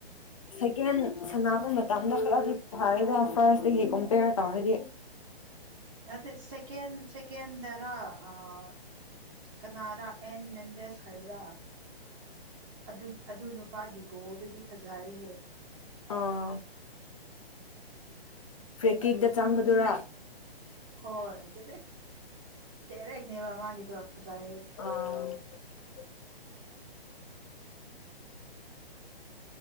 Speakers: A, on the left; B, on the right.
A: ꯁꯀꯦꯟ ꯁꯅꯥꯅꯕ ꯃꯇꯝꯗ ꯈꯔꯗꯤ꯫ ꯐꯥꯏꯗ ꯐ꯭ꯔꯥꯏꯁꯇꯀꯨꯝ ꯊꯤꯅ ꯇꯧꯔꯥꯗꯤ
B: ꯅꯠꯇꯦ ꯁꯦꯀꯦꯟ ꯁꯦꯀꯦꯟꯗꯔꯥ ꯑꯥ ꯀꯅꯥꯔꯥ ꯑꯦꯟ ꯃꯦꯟꯗꯦꯁ ꯍꯥꯏꯕ꯭ꯔꯥ ꯑꯗꯨ ꯑꯗꯨ ꯅꯨꯄꯥꯒꯤ ꯒꯣꯜꯗꯨꯗꯤ ꯐꯖꯩꯍꯦ꯫
A: ꯑꯥ ꯐꯤ ꯀꯦꯛꯇ ꯆꯥꯡꯕꯗꯨꯔꯥ
B: ꯗꯥꯏꯔꯦꯛ ꯍꯣꯏ ꯗꯔꯦꯛ ꯇꯦꯔꯦꯛꯅꯤꯕ ꯃꯥꯒꯤꯗꯣ
A: ꯑꯥ
B: ꯐꯖꯩꯌꯦ